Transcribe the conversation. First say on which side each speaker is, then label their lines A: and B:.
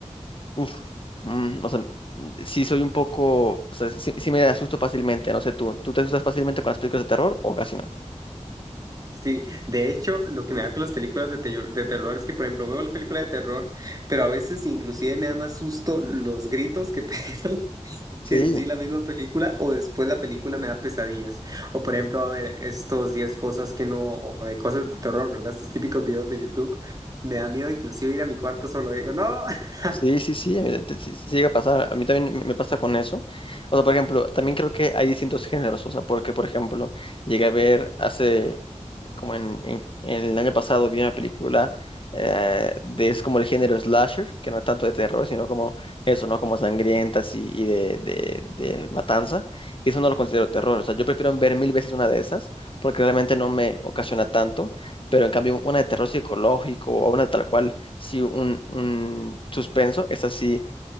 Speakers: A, on the left (about 45°); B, on the right (about 30°).
A: uf, mm, o sea, mm, sí soy un poco, o sea, sí, sí me asusto fácilmente, no sé tú, ¿tú te asustas fácilmente con las películas de terror o casi no?
B: Sí, de hecho, lo que me da con las películas de, tello- de terror es que, por ejemplo, veo la película de terror, pero a veces inclusive me da más susto los gritos que pegan <laughs>
A: Sí,
B: que en sí la misma película, o después la película me da pesadillas. O por ejemplo, a ver, estos 10 cosas que no, o de cosas de terror, ¿verdad? Estos típicos videos de YouTube, me da miedo inclusive ir a mi cuarto solo, digo, no. <laughs>
A: sí, sí, sí, a mí te- sí- sí llega a pasar, a mí también me me pasa con eso. O sea, por ejemplo, también creo que hay distintos géneros, o sea, porque por ejemplo, llegué a ver hace como en, en- en el año pasado vi una película eh, de es como el género slasher, que no es tanto de terror, sino como eso, ¿no? Como sangrientas y, y de, de, de matanza. Y eso no lo considero terror. O sea, yo prefiero ver mil veces una de esas, porque realmente no me ocasiona tanto. Pero en cambio, una de terror psicológico o una tal cual, sí, un, un suspenso, es así.